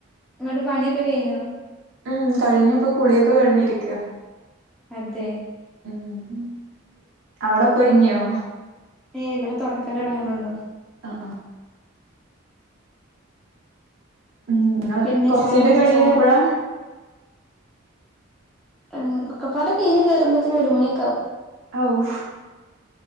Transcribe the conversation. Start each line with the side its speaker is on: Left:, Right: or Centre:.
Centre: ഇങ്ങട്ട് പണിയൊക്കെ കയ്ഞ്ഞോ
Right: ആഹ് കഴിഞ്ഞു ഇപ്പം കുളിയൊക്കെ കഴിഞ്ഞിരിക്കയാ
Centre: അതെ
Right: ഉം അവുടൊക്ക ഒരുങ്ങിയോ
Centre: ഏയ് ഇവിടെ തൊടക്കല് തൊടങ്ങണൊള്ളു
Right: ആഹ് ആഹ് ഉം ഇങ്ങള്
Centre: പിന്നെ
Right: പി കൊറച്ച്
Centre: ചായ
Right: കയ്ഞ്ഞ്ട്ടെ
Centre: കുടിച്ചോ
Right: കഴിയൂ എപ്പഴാ
Centre: ഏ ഒക്കപ്പാടെ കയ്ഞ്ഞ് കേറുമ്പോത്ത്ന് ഒരു മണിയൊക്കാവും
Right: ആവൂ